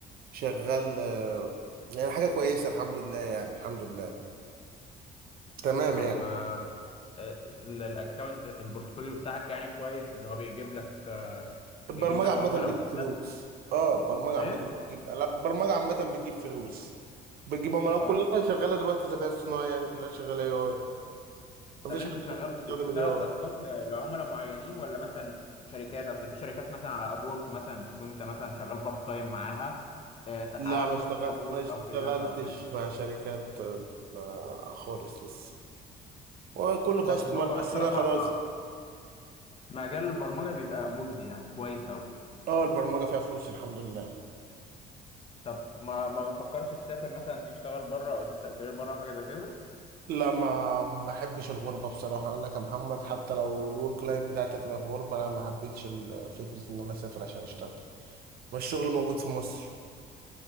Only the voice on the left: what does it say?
طب
و آه، ال- الاكونت البورتفوليو بتاعك يعني كويس اللي هو بيجيب لك آه،
بيجيب لك
عملاء
وكده
ايه
اه
طب انت
شغال
بتشتغل
تاسكات ل- لعملاء معينين ولا مثلا شركات اصل في شركات مثلا على ابورك مثلا بتكون انت مثلا شغال بارت تايم معاها آه، على
منصه
ابورك
او فريلانسر او كده
بس
هو
بصراحه
مجال البرمجه بيبقى مجزي يعني كويس قوي
طب ما ما بتفكرش تسافر مثلا تشتغل بره او تبدا كارير بره او حاجه زي كده